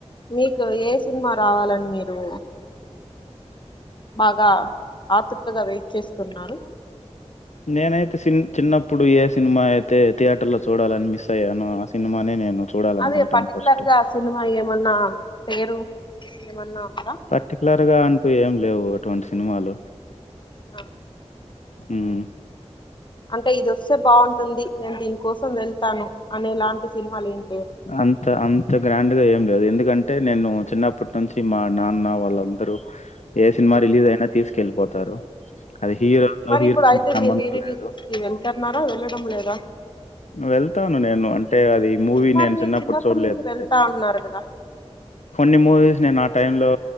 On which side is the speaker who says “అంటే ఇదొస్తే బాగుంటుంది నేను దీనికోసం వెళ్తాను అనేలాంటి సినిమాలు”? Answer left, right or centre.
Left